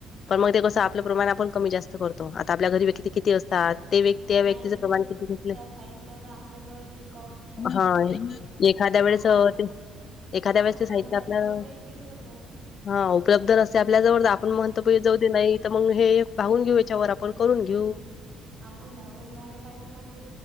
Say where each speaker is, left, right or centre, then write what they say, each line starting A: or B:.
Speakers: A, on the left; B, on the right.
A: पण मग ते कसं आपलं प्रमाण आपण कमी जास्त करतो आता आपल्या घरी व्यक्ती ते किती असतात ते व्यक्ती त्या
B: नाही
A: व्यक्तीचं प्रमाण
B: ते
A: किती घेतलं
B: त्या साहित्याचा आपल्या जवळ टेक ऑफ भेटतात
A: हा
B: त्याचे
A: एखाद्या
B: मापाचे
A: वेळेस अ, ते एखाद्या
B: आपलं
A: वेळेस ते साहित्य
B: कमी
A: आपलं
B: जास्त होत बिघडून जाते
A: हा उपलब्ध नसते आपल्या जवळ आपण म्हणतोे
B: हम्म
A: जाऊ ते नाही तर मग हे भागून घेऊ याच्यावर आपण करून घेऊ
B: हम्म आपण भागून घ्यायला पाहितो पण ते